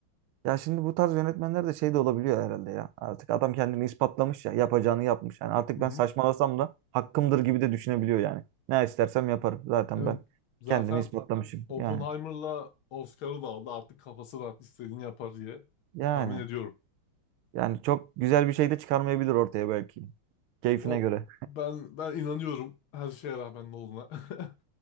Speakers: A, on the right (about 85°); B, on the left (about 75°).
A: Ya şimdi bu tarz yönetmenler de şey de olabiliyor herhalde ya. Artık adam kendini ispatlamış ya. Yapacağını yapmış. Yani artık
B: Hı
A: ben
B: hı.
A: saçmalasam da hakkımdır gibi de düşünebiliyor yani. Ne istersem yaparım. Zaten
B: Evet.
A: ben
B: Zaten
A: kendimi ispatlamışım.
B: Oppenheimer'la
A: Yani.
B: Oscar'ı da aldı. Artık kafası rahat istediğini yapar diye
A: Yani.
B: tahmin ediyorum.
A: Yani çok güzel bir şey de çıkarmayabilir ortaya belki. Keyfine
B: O
A: göre.
B: ben ben inanıyorum her şeye rağmen Nolan'a. <laughs>